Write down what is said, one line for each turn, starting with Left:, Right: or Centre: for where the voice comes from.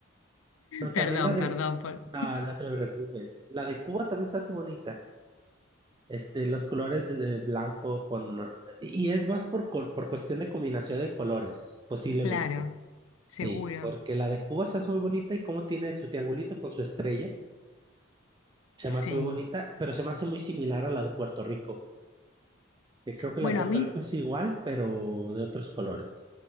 Right: Pero también
Left: Perdón,
Right: la de...
Left: perdón por.
Right: Ah, no te preocupes. La de Cuba también se hace bonita. Este, los colores de blanco con... Y es más por, col- por cuestión de combinación de colores, posiblemente.
Left: Claro, seguro.
Right: Sí, porque la de Cuba se hace muy bonita y como tiene su triangulito con su estrella, se
Left: Sí.
Right: me hace muy bonita, pero se me hace muy similar a la de Puerto Rico. que Creo que
Left: Bueno,
Right: la de Puerto
Left: a mí
Right: Rico es igual, pero de otros colores.